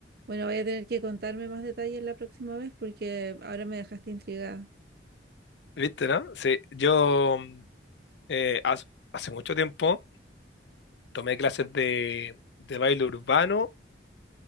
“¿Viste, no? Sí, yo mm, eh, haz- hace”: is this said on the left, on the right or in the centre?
Left